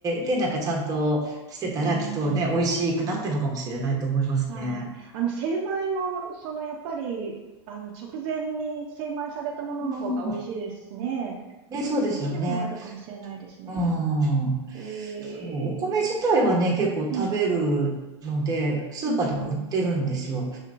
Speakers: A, on the right; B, on the right.
A: でなんかちゃんとしてたらきっとね、
B: うーん。
A: 美味しくなってるのかもしれないと思いますね。
B: はい。あの、精米も、その、やっぱり、あの、直前に精米されたものの方が美味しいですしね。
A: うんうんね、そうですよね。
B: そういうのもあるかもしれないですね。
A: うん。そ
B: え
A: うお米自体はね、
B: え
A: 結構食べるので、
B: うん。
A: スーパーでも売ってるんですよ。
B: うん。